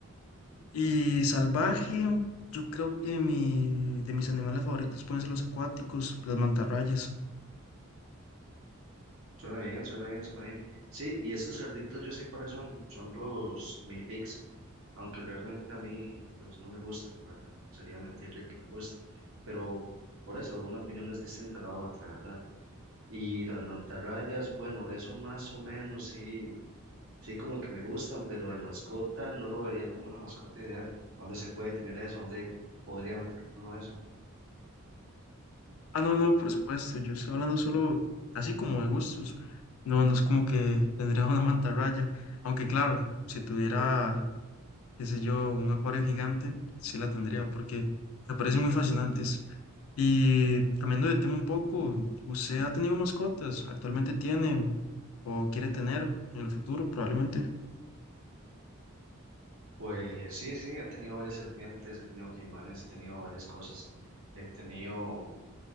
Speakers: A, on the left (about 75°); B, on the right (about 70°).
A: Y salvaje, yo creo que mi, de mis animales favoritos pueden ser los acuáticos, las mantarrayas.
B: Suena bien, suena bien, suena bien. Sí, y estos cerditos yo sé cuáles son, son los mini pigs. aunque realmente a mí pues no me gustan, ¿verdad? Sería mentirle que me gustan, pero por eso una opinión es distinta a la otra, ¿verdad? Y las mantarrayas, bueno, eso más o menos sí, sí como que me gustan, pero de mascota no lo vería como una mascota ideal. ¿Dónde se puede tener eso? ¿Dónde podría meter uno eso?
A: Ah, no, no, por supuesto. Yo estoy hablando solo así como de gustos. No, no es como que tendría una mantarraya. Aunque claro, si tuviera qué sé yo, un acuario gigante, sí la tendría porque me parecen muy fascinantes. Y cambiando de tema un poco, ¿usted ha tenido mascotas? ¿Actualmente tiene o quiere tener en el futuro probablemente?
B: Pues sí, sí, he tenido varias serpientes, he tenido caimanes, he tenido varias cosas, he tenido